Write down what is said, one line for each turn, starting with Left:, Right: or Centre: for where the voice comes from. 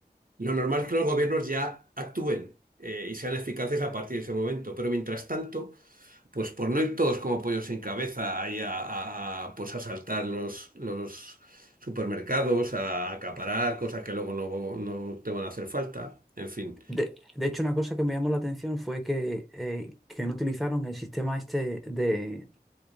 Right: Lo normal es que los gobiernos ya actúen eh, y sean eficaces a partir de ese momento. Pero mientras tanto, pues por no ir todos como pollos sin cabeza ahí a, a- a, pues asaltar los, los supermercados, a acaparar cosas que luego no, no te van a hacer falta. En fin,
Centre: De, de hecho, una cosa que me llamó la atención fue que, eh, que no utilizaron el sistema este de